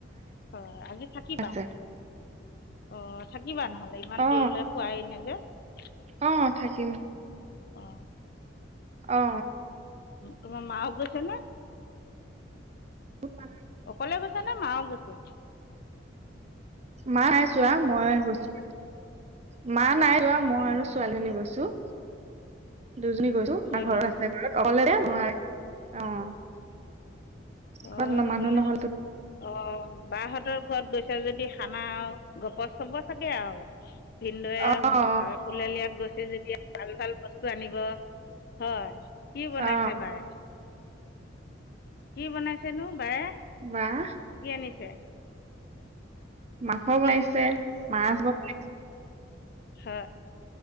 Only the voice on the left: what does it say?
অ আজি থাকিবা
অ থা কি বা নহলে ইমান
দেৰিলৈ খোৱাই এৰিলে যে। <unintelligible>
অ।
তোমাৰ মাও গৈছে নে?
অকলে গৈছে নে মাও গৈছে? <inaudible>
অঁ
অঁ
হয়
নেকি
অঁ অ
নহলে
অ বা হঁতক। ঘৰত গৈছো যদি খানা আৱ গপচ হব চাগে আৱ। ভিনন্দুৱে,
খুলেলিয়ে গৈছে। যেতিয়া ভাল ভাল বস্তু আনিব। হয় কি বনাইছে
বাই? কি বনাইছেনো বায়ে?
কি আনিছে?
কি
হে।